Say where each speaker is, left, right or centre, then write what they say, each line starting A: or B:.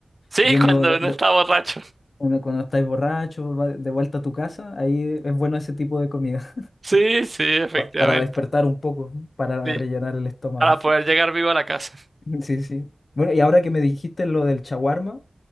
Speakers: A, on the right; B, on the left.
A: Sí,
B: yendo,
A: <laughs> cuando
B: de,
A: uno
B: de-
A: está borracho.
B: uno- cuando estáis borracho, va de vuelta a tu casa, ahí es bueno ese tipo de comida,
A: Sí, sí,
B: <laughs>
A: efectivamente.
B: pa- para despertar un poco, para
A: Sí.
B: rellenar el estómago.
A: Para poder llegar vivo a la casa.
B: Sí, sí. Bueno, y ahora que me dijiste lo del chaguarma,